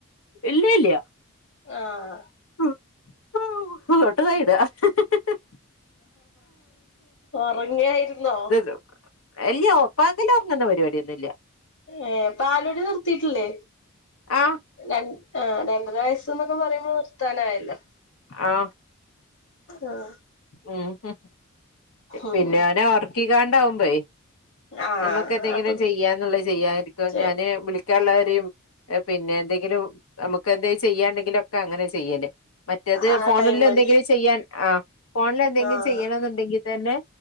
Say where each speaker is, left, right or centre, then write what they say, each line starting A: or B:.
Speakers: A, on the left (about 75°); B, on the left (about 55°).
A: ഇല്യേ ഇല്യ
B: ആഹ്
A: ഹൊ ഹോ ഹൂ കോട്ടുവായിടാ അഹ്ഹ്ഹ്ഹ്
B: ഉറങ്ങായിരുന്നോ
A: <unintelligible> എല്യാപകലാെർങ്ങ്ന്ന പരിവാടിയൊന്നും ഇല്യ
B: ഏഹ് പാലുടി നിർത്തിയിട്ടില്ലേ
A: ആഹ്
B: രണ്ട് ആഹ് രണ്ടര വയസ്സ്ന്ന് ഒക്കെ പറയുമ്പോ നിർത്താനായല്ലോ
A: ആഹ്
B: ആഹ്
A: ഉംഹും
B: ഉം
A: പിന്നെ അവനെ ഒർ ക്കികാണ്ടാവുമ്പേയ്
B: ആഹ്
A: ഞമ്മക്ക് എന്തെങ്കിലും
B: അപ്പൊ
A: ചെയ്യാന്നുള്ളത് ചെയ്യാതിരിക്കോ
B: ചെ
A: ഞാന് വിളി ക്യാള്ളവരിം എപിന്നെ എന്തെങ്കിലും അമക്ക് എന്തേലും ചെയ്യാണ്ടെങ്കിലൊക്കെ അങ്ങനെ ചെയ്യല് മറ്റേത്
B: ആ
A: ഫോണില്
B: ടൈമില്
A: എന്തെങ്കിലും ചെയ്യാൻ ആഹ് ഫോൺല് എന്തെങ്കിലും
B: ആഹ്
A: ചെയ്യണംന്ന്ണ്ടെങ്കി തെന്നെ